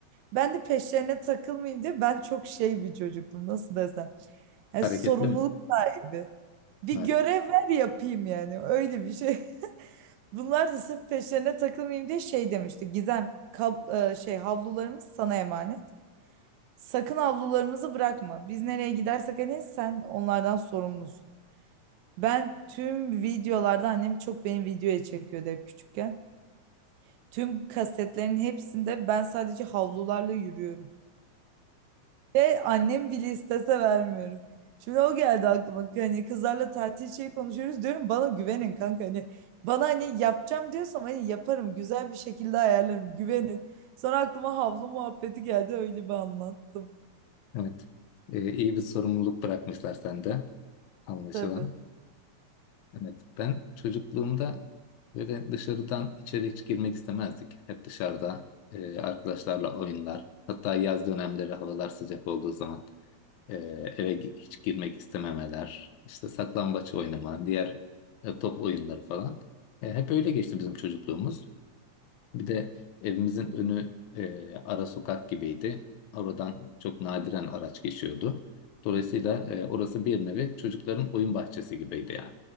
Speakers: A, on the right; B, on the left.
A: Ben de peşlerine takılmayayım diye ben çok şey bir çocuktum nasıl desem. Yani
B: Hareketli
A: sorumluluk
B: mi?
A: sahibi. Bir
B: Evet.
A: görev ver yapayım yani. Öyle bir şey. <laughs> Bunlar da sırf peşlerine takılmayayım diye şey demişti. Gizem, kab- e, şey havlularımız sana emanet. Sakın havlularımızı bırakma. Biz nereye gidersek hani sen onlardan sorumlusun. Ben tüm videolarda annem çok beni videoya çekiyordu hep küçükken. Tüm kasetlerin hepsinde ben sadece havlularla yürüyorum. Ve annem bile istese vermiyorum. Şimdi o geldi aklıma. Hani kızlarla tatil şeyi konuşuyoruz diyorum. Bana güvenin kanka. Hani bana hani yapacağım diyorsam hani yaparım. Güzel bir şekilde ayarlarım. Güvenin. Sonra aklıma havlu muhabbeti geldi. Öyle bir anlattım.
B: Evet. E, iyi bir sorumluluk bırakmışlar sende anlaşılan.
A: Tabii.
B: Evet. Ben çocukluğumda böyle dışarıdan içeri hiç girmek istemezdik. Hep dışarıda e, arkadaşlarla oyunlar. Hatta yaz dönemleri havalar sıcak olduğu zaman. Ee, eve gi- hiç girmek istememeler, işte saklambaç oynama, diğer e, top oyunları falan. E, hep öyle geçti bizim çocukluğumuz. Bir de evimizin önü e, ara sokak gibiydi. Oradan çok nadiren araç geçiyordu. Dolayısıyla e, orası bir nevi çocukların oyun bahçesi gibiydi yani.